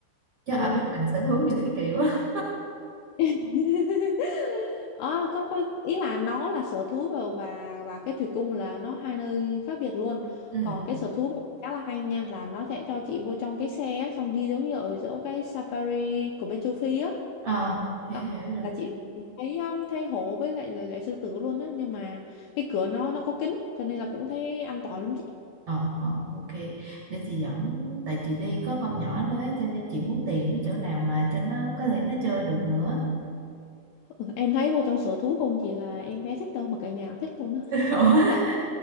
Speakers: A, on the right; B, on the left.
A: chứ ở
B: Ừ.
A: bên mình sở thú gì thế kỳ quá
B: <laughs> Ờ, có, có ý là nó là sở thú và và và cái thủy cung là nó hai nơi khác biệt luôn
A: <laughs> ừ
B: còn cái sở thú khá là hay nha là nó sẽ cho chị vô trong cái xe á, xong đi giống như ở chỗ cái safari của bên châu Phi á
A: ờ hiểu
B: đó
A: hiểu rồi
B: là chị chị thấy um, thấy hổ với lại lại, lại sư tử luôn á nhưng mà cái cửa nó nó có kính cho nên là cũng thấy an toàn lắm chị
A: ờ ờ ok để chị dẫn tại chị đi có con nhỏ nữa ấy, cho nên chị muốn tìm cái chỗ nào mà cho nó có thể nó chơi được nữa
B: Ừ, em thấy vô trong sở thú không chỉ là em bé thích đâu mà cả nhà thích luôn á.
A: <laughs> ủa
B: Tại